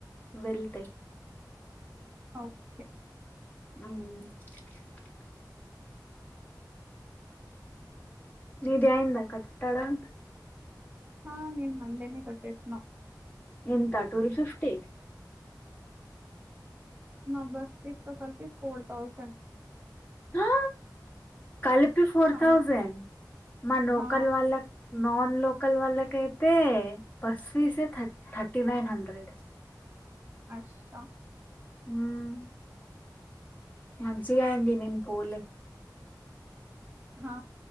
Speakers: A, on the left; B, on the right.
A: వెళ్తే.
B: ఓకే
A: ఉహ్ నీది అయిందా కట్టడం.
B: హా నేన్ మండేనే కట్టేసినా.
A: ఎంత ట్వల్ ఫిఫ్టీ
B: నా బస్సు ఫీస్తో కల్పి ఫోర్ థౌజెండ్.
A: హా కలి పి ఫోర్
B: ఆ
A: థౌసండ్. మా లోకల్
B: ఆ
A: వాళ్ళకు నాన్ లోక లోకల్ వాళ్ళకు అయితే బస్సు ఫీజే థ థర్టీ నైన్ హండ్రెడ్.
B: అశ్శా
A: హ్మ్ మంచిగయింది నేను పోలే.
B: హా